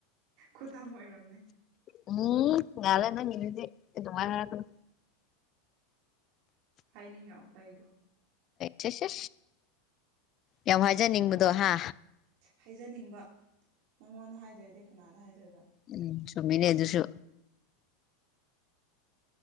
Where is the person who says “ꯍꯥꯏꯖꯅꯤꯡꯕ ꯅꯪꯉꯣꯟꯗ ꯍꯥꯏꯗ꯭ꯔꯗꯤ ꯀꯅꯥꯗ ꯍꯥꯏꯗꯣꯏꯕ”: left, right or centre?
Right